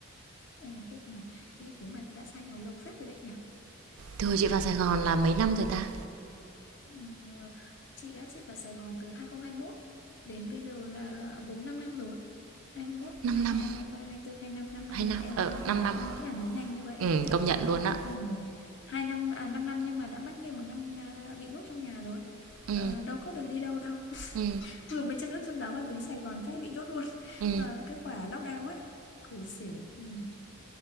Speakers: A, on the left (about 50°); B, on the right (about 75°).
A: em khiếp này nghĩ thế mà đã xa nhau lâu phết rồi đấy
B: Thưa chị
A: nhỉ
B: vào Sài Gòn là mấy năm rồi ta?
A: Ừm, ờ, chị á chị vào Sài Gòn từ 2021 đến bây giờ là 4 năm năm rồi 21
B: năm
A: 22
B: năm,
A: 23 24 25 5 năm
B: 2
A: năm
B: năm,
A: rồi eo
B: ờ
A: mẹ
B: 5
A: nhỉ
B: năm.
A: không nghĩ là nó nhanh như vậy
B: Ừ,
A: luôn á
B: công nhận luôn á.
A: Ừm, hai năm à 5 năm nhưng mà đã mất nguyên một năm à, bị nhốt trong nhà rồi
B: Ừ,
A: Ờ, đâu có được đi đâu đâu <laughs>
B: ừ,
A: vừa mới chân ướt chân ráo vào đến Sài Gòn cái bị nhốt luôn
B: ừ.
A: Ờ, cái quả lockdown á cười xỉu Ừm.